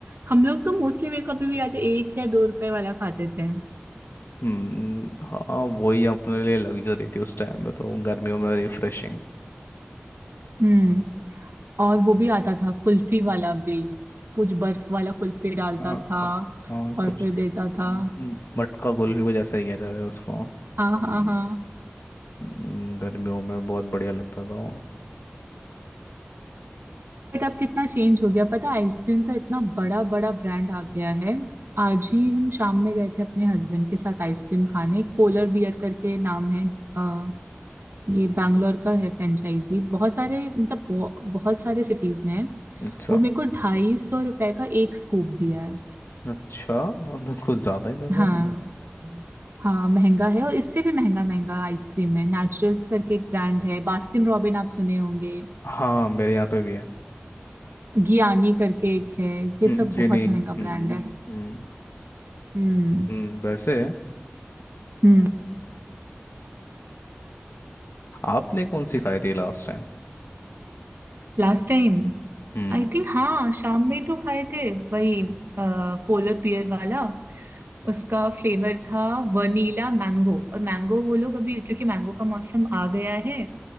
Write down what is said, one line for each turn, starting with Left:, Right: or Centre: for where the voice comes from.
Right: हम लोग तो मोस्टली मेरे को अभी भी याद है एक या दो रुपए वाला खाते थे
Left: हम्म हाँ वही अपने लिए लग्जरी थी उस टाइम में तो गर्मियों में रिफ्रेशिंग
Right: हम्म और वो भी आता था कुल्फी वाला भी कुछ बर्फ वाला कुल्फी डालता
Left: हाँ
Right: था
Left: हाँ, हाँ,
Right: और
Left: कुछ
Right: फिर देता था
Left: म- मटका कुल्फी कुछ ऐसा ही कहते थे उसको
Right: हाँ हाँ हाँ
Left: हम्म, गर्मियों में बहुत बढ़िया लगता था वो
Right: बट अब कितना चेंज हो गया पता है आइसक्रीम का इतना बड़ा बड़ा ब्रांड आ गया है आज ही हम शाम में गए थे अपने हस्बैंड के साथ आइसक्रीम खाने एक पोलर बियर करके नाम है अ, ये बैंगलोर का है फ्रेंचाइजी बहुत सारे मतलब बहु, बहुत सारे सिटीज में है
Left: अच्छा
Right: वो मेरे को ढाई सौ रुपए का एक स्कूप दिया है
Left: अच्छा तो कुछ ज्यादा ही महंगा
Right: हाँ
Left: नहीं
Right: हाँ महंगा है और इससे भी महंगा महंगा आइसक्रीम है नेचुरल्स करके एक ब्रांड है बास्किन रॉबिन आप सुने होंगे
Left: है। हाँ मेरे यहाँ पे भी है
Right: गियानी करके एक है ये
Left: हम्म,
Right: सब
Left: जी
Right: बहुत
Left: नहीं
Right: महंगा
Left: हम्म
Right: ब्रांड है
Left: हम्म
Right: हम्म
Left: हम्म, वैसे
Right: हम्म
Left: आपने कौन सी खाई थी लास्ट टाइम
Right: लास्ट टाइम
Left: हम्म
Right: आई थिंक हाँ शाम में तो खाए थे वही पोलर बियर वाला उसका फ्लेवर था वनीला मैंगो और मैंगो वो लोग अभी क्योंकि मैंगो का मौसम आ गया है